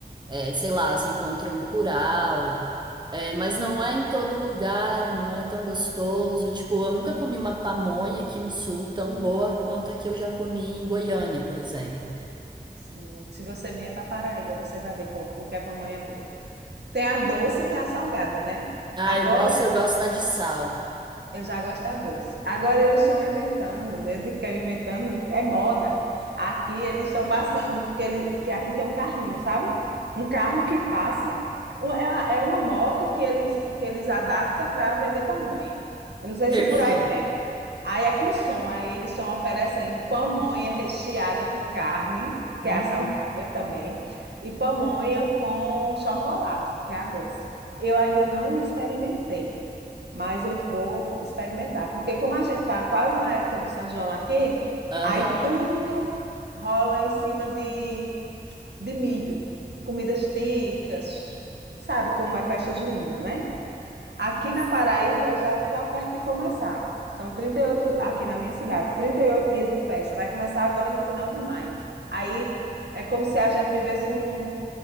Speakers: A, on the right; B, on the right.
A: é, sei lá, você encontra um curau, é, mas não é em todo lugar, não é tão gostoso. Tipo, eu nunca comi uma pamonha aqui no sul tão boa quanto a que eu já comi em Goiânia, por exemplo.
B: sim, se você vier para Paraíba, você vai ver co- o que é pamonha boa. Tem a doce e tem a salgada, né?
A: Ah,
B: Agora,
A: eu gosto, eu gosto da de sal.
B: Eu já gosto da doce. Agora eles estão inventando, eu digo que é inventando, é moda. Aqui eles estão passando, porque ele, que aqui tem um carrinho, sabe? Um carro que passa, um- é, uma- é uma moto que eles, que eles adaptam para vender pamonha. Eu não sei
A: Perfeito.
B: se por aí tem. Aí é com som, aí eles estão oferecendo pamonha recheada com carne,
A: Uhum.
B: que é a salgada também, e pamonha com chocolate, que é a doce. Eu ainda não experimentei, mas eu vou experimentar, porque como a gente está quase na época do São João aqui,
A: Aham.
B: aí tudo rola em cima de, de milho, comidas típicas, sabe como é festa junina, né? Aqui na Paraíba já está perto de começar. São 38 aqui na minha cidade, 38 dias de festa. Vai começar agora no final de maio. Aí é como se a gente vivesse um,